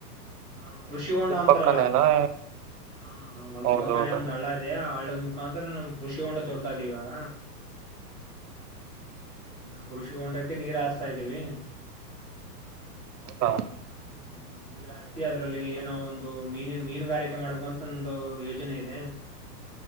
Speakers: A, in the centre; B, on the right.
A: ಹ ಕೃಷಿಹೊಂಡ ಅಂತಾರಲ್ಲ
B: ಪಕ್ಕನೇನಾ
A: ಹ ಹೊಲದ್
B: ಹೌದೌದು
A: ಪಕ್ಕಾನೇ ಒಂದ್ ಹಳ್ಳ ಇದೇ ಹಳ್ಳದ್ ಮುಖಾಂತರ ನಮ್ ಕೃಷಿ ಹೊಂಡ ತೋಡ್ತಾ ಇದಿವಿ ಇವಾಗ ಹ್ಮ್ ನಾ ಕೃಷಿ ಹೊಂಡಕ್ಕೆೆ ನೀರ್ ಹಾಸ್ತಾ ಇದ್ದೀವಿ
B: ಹೌದಾ
A: ಹ್ಮ್ ನೀರ ಹಾಕ್ಸಿ ಅದ್ರಲ್ಲಿ ಏನೋ ಒಂದು ಮೀನಿನ ಮೀನುಗಾರಿಕೆ ಮಾಡ್ಬೇಕು ಅಂತ ಒಂದು ಯೋಜನೆ ಇದೆ.